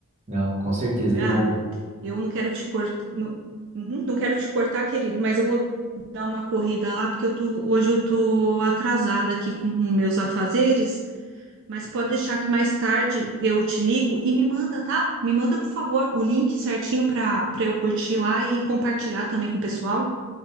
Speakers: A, on the right; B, on the right.
A: Não, com certeza.
B: Gabi,
A: Eu.
B: eu não quero te cortar, não, Uhum, não quero te cortar, querido, mas eu vou dar uma corrida lá, porque eu tô, hoje eu tô atrasada aqui com meus afazeres. Mas pode deixar que mais tarde eu te ligo e me manda, tá? Me manda, por favor, o link certinho para para eu curtir lá e compartilhar também com o pessoal.